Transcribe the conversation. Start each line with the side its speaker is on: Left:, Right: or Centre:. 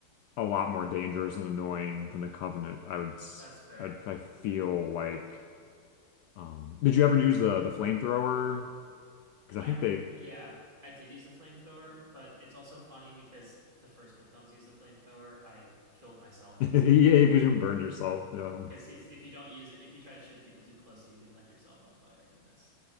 Left: a lot more dangerous and annoying than the Covenant. I would, s-
Right: That's fair.
Left: I I feel like. Um, did you ever use the the flamethrower? Because
Right: I
Left: I think they,
Right: yeah, I did use the flamethrower, but it's also funny because the first couple times I used the flamethrower, I killed myself
Left: <laughs> yeah,
Right: with
Left: because
Right: it.
Left: you can burn yourself. Yeah,
Right: Because it's if you don't use it, if you try to shoot at people too close, you can light yourself on fire, and that's